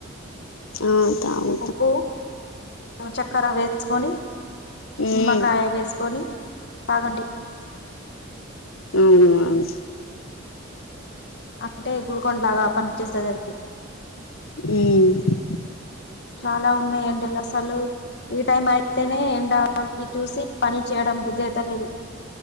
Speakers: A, on the left; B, on the left.
A: అత
B: ఉప్పు చెక్కరెవె వేస్కొని
A: మ్మ్
B: నిమ్మకాయ వేసుకొని తాగండి
A: అవునువును
B: అంటే గుల్కొండ లాగా పనిచేస్తదాని
A: హ్మ్
B: చాలా ఉన్నాయండలసలు ఈ టైం అయితేనే ఎండాకి చూసి పని చేయడం బుద్ధి అయితలేదు